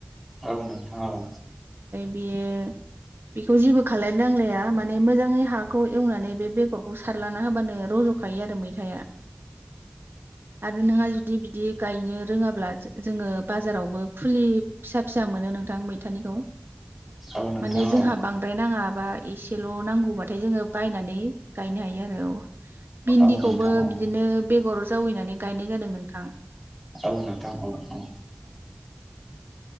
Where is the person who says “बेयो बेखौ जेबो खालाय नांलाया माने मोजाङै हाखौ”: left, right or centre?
Right